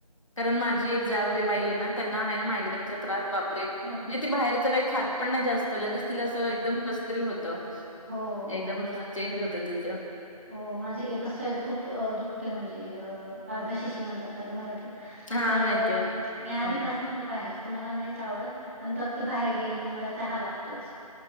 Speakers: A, on the left; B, on the right.
A: कारण माझी एक जाऊ आहे बाई आहे ना, त्यांना आहे ना मायग्रेनचा त्रास बापरे!
B: हो,
A: ती बाहेरचं काही खात पण नाही जास्त लगेच तिला असं
B: हो,
A: एकदम कसतरी होतं.
B: हो,
A: एकदमच
B: हो मला
A: असं चेंज होतं तिचं.
B: हो माझी एकच साईड खूप दुखते म्हणजे, अ अर्धशिशि म्हणतात त्याला मराठीत.
A: हां,
B: तर
A: माहिती
B: अ
A: आहे.
B: मी आधीपासून
A: हं.
B: म्हणजे बाहेर मला नाहीच आवडत, पण फक्त बाहेर गेली की मला चहा लागतोच.